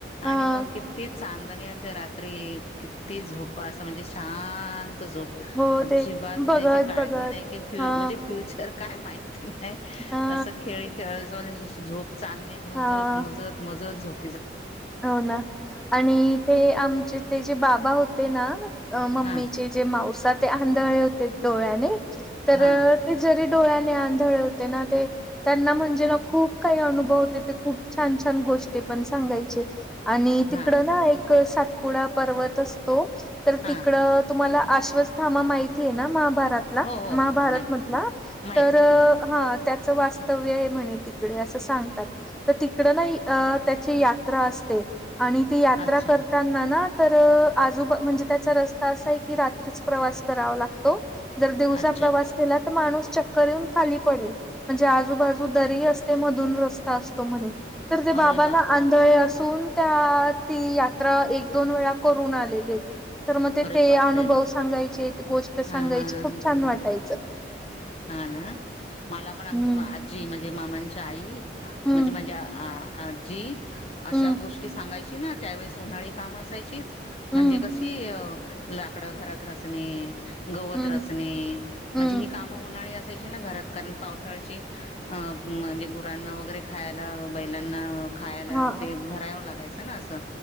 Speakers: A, on the left; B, in the centre.
A: आणि
B: हा
A: मग किती चांदण्याच्या रात्री किती झोप असं म्हणजे शांत शत झोप
B: हो
A: अजिबात
B: ते बघत
A: उद्याची काळजी
B: बघत
A: नाही की फ
B: हा
A: म्हणजे फ्युचर काय माहि नाही
B: हा
A: असं खेळ खेळा जाऊ झोप चांदणे मोजत
B: हा
A: मोजत मोजत झोपायचं
B: हो ना आणि ते आमचे ते जे बाबा होते ना अ मम्मीचे
A: हा
B: जे माांस ते आंधळे होते डोळ्याने तर
A: हा
B: ते जरी डोळ्याने आण हो ना ते त्यांना म्हणजे ना खूप काही अनुभव होते ते खूप छान छान गोष्टी पण सांगायचे आणि तिकडं
A: हा
B: ना एक सातपुडा पर्वत असतो तर
A: हा.
B: तिकड तुम्हाला आश्स्थमा माहितीय ना महाभार भारत मधला
A: हो हो हो
B: महाभारत
A: माहिती
B: मधला
A: आहेत माहिती माहितीत
B: तर
A: माहिती
B: हा त्याचं वास्तव्य आहे म्हणे तिकडे असं सांगतात तर तिकड ना त्याची यात्रा अस आणि ती यात्रा
A: अच्छा
B: करताना ना तर आजूबा म्हणजे त्याचा रस्ता असा आहे की रात्रीच प्रवास करावा लागतो जर दिवसा
A: अच्छा
B: प्रवास केला तर माणूस चक्कर येऊन खाली पडेल म्हणजे आजूबाजू दरी असस्ते मधून रस्ता असतो म्हणे तर ते बाबाांना
A: अरे बापरे
B: आंधळे अस त्या ती यात्रा एक दोन वेळा करून आलेली तर मग ते
A: अरे
B: ते
A: बापरे
B: अनुभव सांगायचे ते गोष्ट सांगायची
A: हा हा
B: खूप छान वाटायचं
A: हा ना मला पण आमच
B: हम्म
A: आजी म्ह ण मनजे मामांच्या आई
B: हम्म
A: म्हणजे माझ आजजी अशा
B: हम्म
A: गोष्टी सांगा त्यावेस उन्हाळे काम असायची म्हणजे
B: हम्म
A: कशी लाकडं घरातच नाही गवत
B: हम्म
A: घरात रचने
B: हम्म
A: म्हणजे काय न असायची ना घरात कारण पावसाळची म्हणजे गुरांना वगैरे खायला बैलांना खायला
B: हा
A: ते भरावं लागायचं ना असं